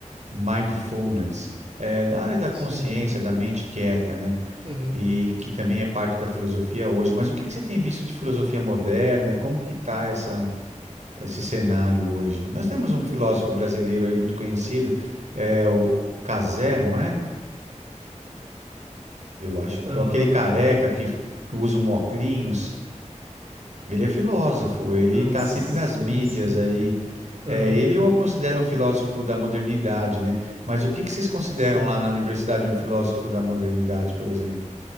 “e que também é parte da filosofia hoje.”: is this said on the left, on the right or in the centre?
Right